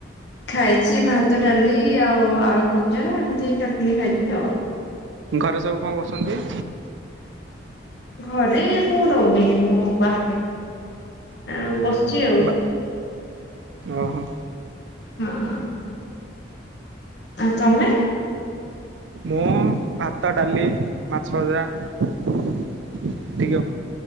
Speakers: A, on the left (about 60°); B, on the right (about 70°).
A: ଖାଇଚି ଭାତ ଡାଲି ଆଉ ଆଳୁଭଜା ଏମତି ଚଟଣି ଖାଇଚି ଆଉ।
B: ଘରେ ସବୁ କଁ କରୁସନ୍ତି?
A: ଘରେ ମୁଁ ରହୁନି ମୁଁ ବାହାରେ ରହୁଚି। ଆଁ ଉଁ ବସିଚି ଆଉ।
B: ବା ଓହୋ।
A: ହଁ। ଆଉ ତମେ?
B: ମୁଁ ଭା ତ ଡାଲି ମାଛ ଭଜା ଏତିକି ଆଉ।